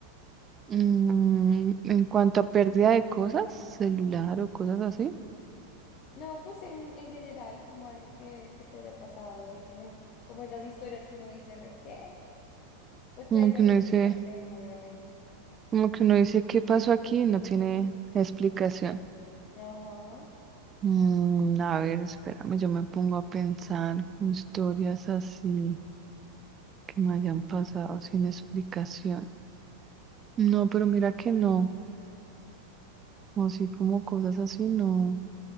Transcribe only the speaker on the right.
Mm, en cuanto a pérdida de cosas, celular o cosas así,
como
que uno
dice,
como que uno dice qué pasó aquí y no tiene explicación.
Mm, a ver, espérame, yo me pongo a pensar historias así. que me hayan pasado sin explicación. No, pero mira que no, así como cosas así, no,